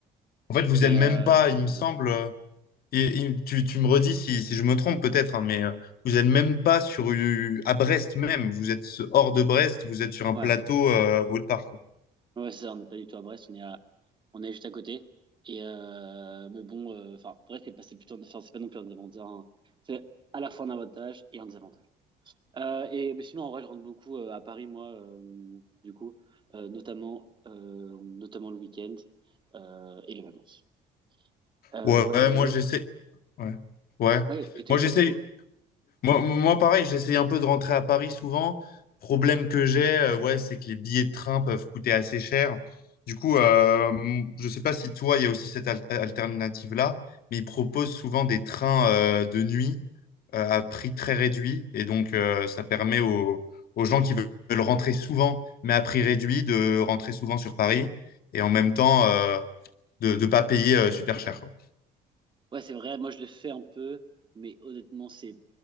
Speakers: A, on the left; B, on the right.
A: En fait, vous
B: Mais,
A: êtes même
B: euh,
A: pas, il me
B: mais
A: semble.
B: voilà.
A: euh, Et, et tu, tu me redis si, si je me trompe peut-être, hein, mais euh, vous êtes même pas sur une- à Brest même. Vous êtes hors de Brest. Vous êtes sur un
B: Ouais,
A: plateau euh, autre part.
B: ouais, c'est ça, on n'est pas du tout à Brest, on est à, on est juste à côté. Et euh, mais bon, euh, enfin, Brest, c'est pas- c'est plutôt, enfin, c'est pas non plus un avantage. hein. C'est à la fois un avantage et un désavantage. Euh, et mais sinon, en vrai, je rentre beaucoup euh, à Paris, moi, euh, du coup, euh, notamment, euh, notamment le week-end euh, et les vacances. Euh,
A: Ouais,
B: voilà,
A: ouais,
B: voilà.
A: moi j'essaie. Ouais. Ouais.
B: Ouais, et toi,
A: Moi
B: et
A: j'essaie.
B: toi, du coup?
A: Moi, moi, pareil, j'essaie un peu de rentrer à Paris souvent. Problème que j'ai, euh, ouais, c'est que les billets de train peuvent coûter assez cher. Du coup, euh, m- je sais pas si toi, il y a aussi cette al- alternative-là, mais ils proposent souvent des trains euh, de nuit euh, à prix très réduit. Et donc, euh, ça permet aux, aux gens qui veulent rentrer souvent, mais à prix réduit, de rentrer souvent sur Paris et en même temps euh, de ne pas payer euh, super cher. quoi.
B: Ouais, c'est vrai, moi, je le fais un peu, mais honnêtement, c'est